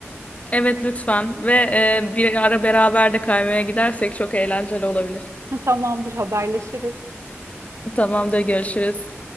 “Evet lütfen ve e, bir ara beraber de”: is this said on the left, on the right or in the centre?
Left